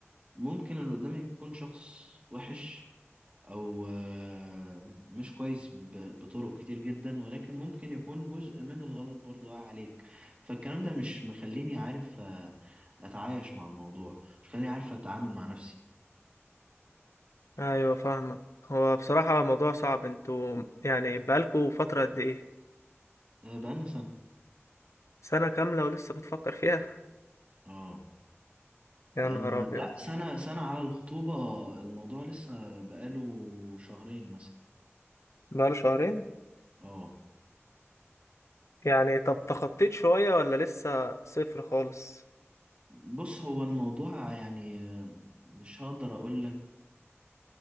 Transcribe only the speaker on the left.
أيوة فاهمك هو بصراحة موضوع صعب انتوا يعني بقالكوا فترة قد إيه
سنة كاملة ولسه بتفكر فيها
يا
نهار أبيض
بقاله شهرين
يعني طب تخطيت شوية ولا لسه صفر خالص